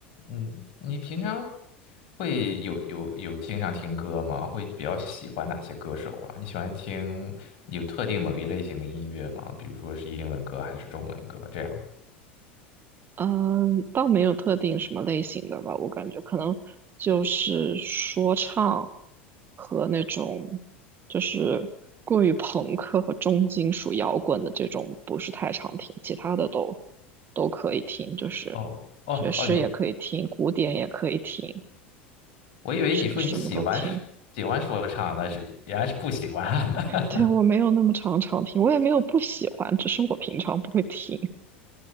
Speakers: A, on the left; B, on the right.
A: 嗯，你平常会有有有经常听歌吗？会比较喜欢哪些歌手啊？你喜欢听有特定某一类型的音乐吗？比如说是英文歌还是中文歌这样？
B: 嗯，倒没有特定什么类型的吧，我感觉可能就是说唱和那种就是过于朋克和重金属摇滚的这种不是太常听，其他的都都可以听，就是
A: 哦哦哦，
B: 爵士也可以听，
A: 你
B: 古典也可以听，
A: 我以为你说你喜欢是喜欢说唱那是原来是不喜欢。
B: 什什么都听。对，我没有那么常常听，
A: <laughs>
B: 我也没有不喜欢，只是我平常不会听。